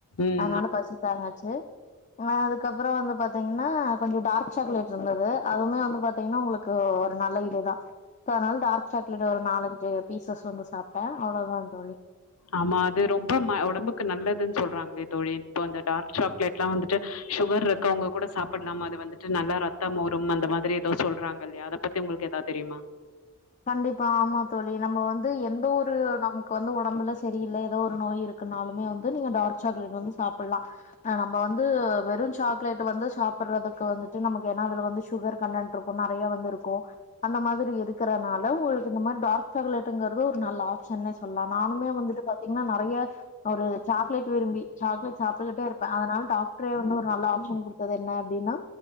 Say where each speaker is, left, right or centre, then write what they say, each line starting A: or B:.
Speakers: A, on the left (about 80°); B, on the left (about 35°).
A: ம்.
B: அதனால பசி தாங்குச்சு நாநன் அதுக்கப்புறம் அப்புறம் வந்து பாத்தீங்கன்னா கொஞ்சம் டார்க் சாக்லேட் இருந்தது அதுமே வந்து பாத்தீங்கன்னா உங்களுக்கு ஒரு நல்ல இதுதான் சோ அதனால டார்க் சாக்லேட் ஒரு நாலஞ்சு பீசஸ் வந்து சாப்ட்டேன் அவ்வளோதான் தோழி
A: ஆமா அது ரொம்ப உடம்புக்கு நல்லதுன் சொல்றாங்களே தோழி இப்போ அந்த டார்க் சாக்லேட் லாம் வந்துட்டு சுகர் இருக்கவங்க கூட சாப்பிடலாம் அது வந்துட்டு நல்லா ரத்தம் ஊரும் அந்த மாதிரி ஏதோ சொல்றாங்க இல்லையா அத பத் உங்களுக்கு ஏதாவது தெரியுமா
B: கண்டிப்பா ஆமா தோழி நம்ம வந்து எந்த ஒரு நமக்கு வந்து ஒடம்புல சரியில்ல ஏதோ ஒரு நோய் இருக் குனாலுமே வந்து நீங்க டார்க் சாக்லெட் வந்து சாப்பிட்லாம் நம்ம வந்து வெறும் சாக்லேட் வந்து சாப்பிடடுறதுக்கு வந்துட்டு நமக்கு ஏன்னா அதுல வந்து சுகர் கன்டன்ட் இருக்கும் நெறைய வந்து இருக்கும் அந்த மாதிரி இருக்கறனால உங்களுக்கு இந்த மாரி டார்க் சாக்லேட்டுங்கறது ஒரு நல்ல ஆப்ஷன்னே சொல்லலாம் நானுமே வந்துட்டு பாத்தீங்ன்னா நெறைய ஒரு சாக்லேட் விரும்பி சாக்லேட் சாப்பிட்டுக்கிட்டே இருப்பேன் அதனால டாக்டரே வந்து ஒரு நல்ல ஆப்ஷன் குடு என்ன அப்படின்னா